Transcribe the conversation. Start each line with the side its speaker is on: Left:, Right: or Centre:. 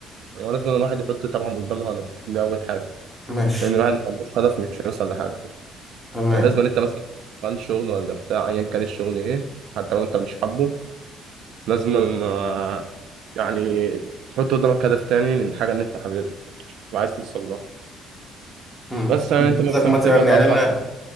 Right: هو لازم الواحد يحط طبعا قدامه هدف دي اول حاجه
Centre: ماشي
Right: لان الواحد لو ملوش هدف مش هيوصل لحاجه
Centre: تمام
Right: يعني لازم انت مثلا عن شغل ولا بتاع ايا كان الشغل ايه حتى لو انت مش حابه لازم آه، يعني تحط قدامك هدف تاني للحاجه اللي انت حاببها وعايز توصل لها
Centre: مم.
Right: بس يعني
Centre: انت
Right: انت
Centre: قصدك
Right: مثلا
Centre: مثلا
Right: بتقبض
Centre: يعني
Right: 4000
Centre: انا